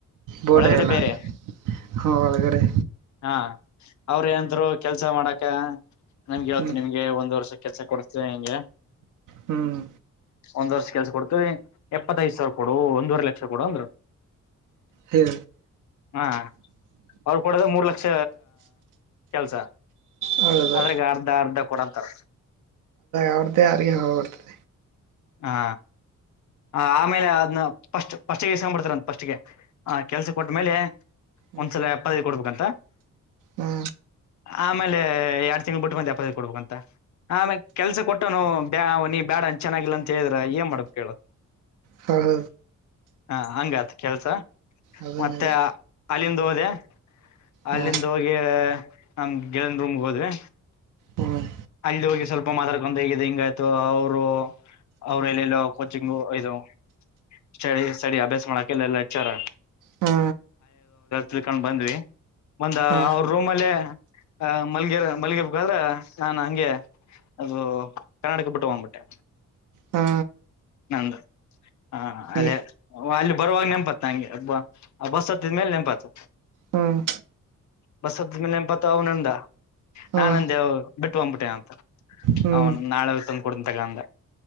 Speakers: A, on the right; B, on the left.
A: ಬೋಡ
B: ಒಳಗಡೆ
A: ಎಲ್ಲ
B: ಬೇರೆ
A: ಹಾ ಒಳಗಡೆ
B: ಹಾ ಅವ್ರ ಏಂತರು ಕೆಲ್ಸ ಮಾಡಕ ನಮ್ಗೆ ಯಾವತ್ತು
A: ಹ್ಞೂ
B: ನಿಮ್ಗೆ ಒಂದ್ ವರ್ಷ ಕೆಲ್ಸ ಕೊಡ್ಸ್ತೀವಿ ಹೆಂಗೆ
A: ಹ್ಞೂ
B: ಒಂದ್ ವರ್ಷ ಕೆಲ್ಸ ಕೊಡ್ತವಿ ಎಪ್ಪತ್ತ ಐದ್ ಸಾವಿರ ಕೊಡು ಒಂದುವರ್ ಲಕ್ಷ ಕೊಡು ಅಂದ್ರ
A: ಹ್ಮ
B: ಹಾಂ ಅವ್ರ ಕೊಡದೆ ಮೂರ್ ಲಕ್ಷ ಕೆಲ್ಸ
A: ಹೌದು
B: ಅದ್ರಾಗ ಅರ್ಧ ಅರ್ಧ ಕೊಡಂತಾರ
A: ಅವ್ರ್ದೇ ಯಾರಿಗೆ ಹೋಗ್ಬರ್ತದೆ
B: ಹಾ ಹ ಆಮೇಲೆ ಅದ್ನ ಫಸ್ಟ್ ಫಸ್ಟ್ಗೆ ಈಸ್ೊಂಡ್ಬಡ್ತಾರಂತ ಫಸ್ಟ್ಗೆ ಆ ಕೆಲ್ಸ ಕೊಟ್ಟ್ಮೇಲೆ
A: ಹ್ಞೂ
B: ಒಂದ್ಸಲ ಎಪ್ಪತ್ತೈದು ಕೊಡ್ಬೇಕಂತ
A: ಹಾ
B: ಆಮೇಲೆ ಎರಡ್ ತಿಂಗಳ ಬಿಟ್ಟ ಮಂದ ಕೆಲಸ ಕೊಟ್ಟ ಮೇಲೆ ಎಪ್ಪತ್ತೈದು ಕೊಡ್ಬೇಕಂತ ಆಮೇ ಕೆಲ್ಸ ಕೊಟ್ಟನು ಬ ನೀ ಬ್ಯಾಡ ಚೆನ್ನಾಗಿಲ್ಲ ಅಂತ ಹೇಳಿದ್ರ ಏನ್ ಮಾಡ್ಬೇಕ ಹೇಳ
A: ಹ ಹ
B: ಹಾ ಹಂಗತ್ ಕೆಲ್ಸ
A: ಅದನದ
B: ಮತ್ತೆ ಅಲ್ಲಿಂದ ಹೋದೆ ಅಲ್ಲಿಂದ
A: ಹಾ
B: ಹೋಗಿ ನಮ ಗೆಳಯನ್ ರೂಮ್ಗೆ ಹೋದ್ವಿ
A: ಹ್ಮ್
B: ಅಲ್ಲಿಂದ್ ಹೋಗಿ ಸ್ವಲ್ಪ ಮಾತಾಡ್ಕೊಂಡ ಹಗ ಹಿಂಗ ಆಯ್ತು ಅವರು ಅವ್ರ ಎಲ್ಲಲ್ಲೋ ಕೋಚಿಂಗ ಇದು ಸ್ಟಡಿ ಸ್ಟಡಿ ಅಭ್ಯಾಸ ಮಾಡಕಲ್ಲ ಎಲ್ಲ ಹೆಚ್ಚಾರ
A: ಹಾ
B: ತಿಳ್ಕೊಂಡ್ ಬಂದ್ವಿ ಒಂದ
A: ಹಾ
B: ಅವ್ರ ರೂಮ್ ಅಲ್ಲೇ ಮಲ್ಗ ಮಲ್ಗಎರಬೇಕಾದ್ರ ನಾ ಕೇಳಿದ ಹಂಗೆ ಅದು ಕನ್ನಡ್ಕ ಬಿಟ್ಟು ಹೋಗ್ಬಿಟ್ಟೆ
A: ಹಾ
B: ನಂದ ಹ ಅದೇ
A: ಈ
B: ಅಲ್ಲಿ ಬರುವಾಗ ನೆಪತ್ ನಂಗೆ ಬಸ್ ಹತ್ತಿದ್ಮೇಲೆ ನೆಂಪತ್
A: ಹ್ಮ್
B: ಬಸ್ ಹತ್ತಿದ್ಮೇಲೆ ನೆಪತ್ತು ಅವನಂದ
A: ಹ್ಮ್
B: ನಾಾನಂದೇವ ಬಿಟ್ಟು ಬಂದ್ಬಿಟ್ಟೆ ಅಂತ
A: ಹ್ಮ್
B: ಅವನು ನಾಳೆ ತಂದುಕಡಂತಗಂದ